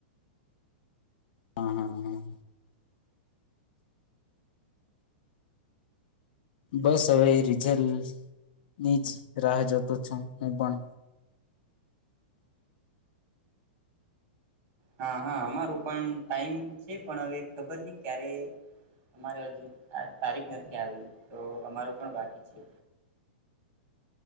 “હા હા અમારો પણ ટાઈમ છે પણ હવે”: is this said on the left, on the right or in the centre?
Right